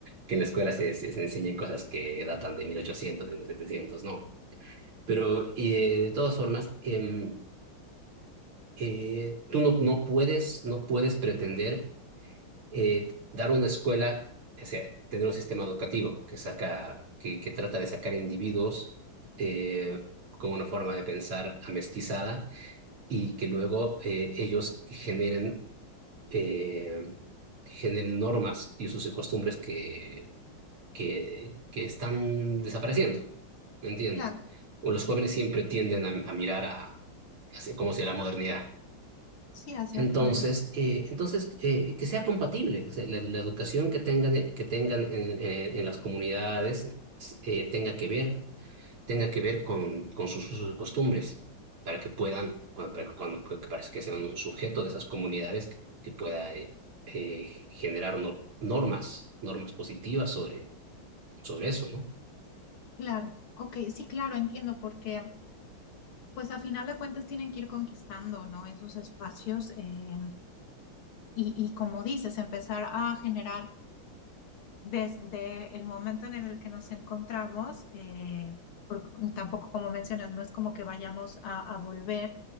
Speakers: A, on the right; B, on the left.
A: que en la escuela se, se se enseñen cosas que datan de 1800, de 1700, no Pero eh, de todas formas, em, eh, tú no, no puedes, no puedes pretender eh, dar una escuela, o sea, tener un sistema educativo que saca, que, que trata de sacar individuos eh, con una forma de pensar amestizada y que luego eh, ellos generen, eh, generen normas y sus costumbres que que, que están desapareciendo, ¿me entiendes?
B: Claro,
A: O los jóvenes siempre tienden a, a mirar a, hacia- como si la modernidad.
B: sí, hacia
A: Entonces,
B: afuera.
A: eh, entonces eh, que sea compatible, o sea, la, la educación que tengan, eh, que tengan en, en- en las comunidades eh, tenga que ver, tenga que ver con, con sus usos y costumbres, para que puedan, cuando, para que, cuando- que- para que sean un sujeto de esas comunidades que, que pueda eh, eh, generar no- normas, normas positivas sobre, sobre eso, ¿no?
B: Claro, ok, sí, claro, entiendo porque Pues a final de cuentas tienen que ir conquistando, ¿no? Esos espacios eh, y, y como dices, empezar a generar desde el momento en el que nos encontramos, eh, porque tampoco como mencionas, no es como que vayamos a, a volver